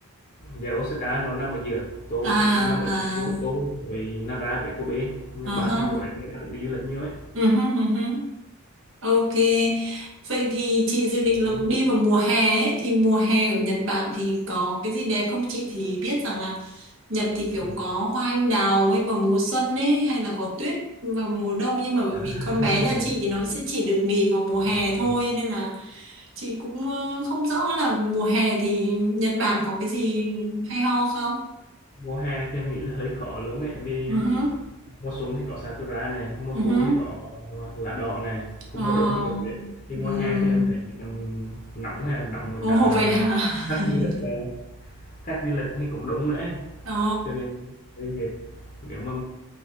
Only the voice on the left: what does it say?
Dạ, Osaka nó nằm ở giữa Tô
nằm ở
giữa Kyoto với Nara với Kobe Nhưng
ba
thành phố đấy người ta cũng đi du lịch nhiều ấy
Thế
mà.
Ừ.
<laughs>
À,
Mùa hè thì em nghĩ là hơi khó luôn ấy vì
mùa xuân thì có sakura này, mùa
thu thì có lá đỏ này,
còn mùa đông thì có tuyết. Thì mùa
hè thì em thấy chỉ còn nóng hay là nóng với
cả à,
khách
du lịch ờ, khách du lịch thì cũng đúng nữa ấy.
Cho nên hơi mệt. Nếu mà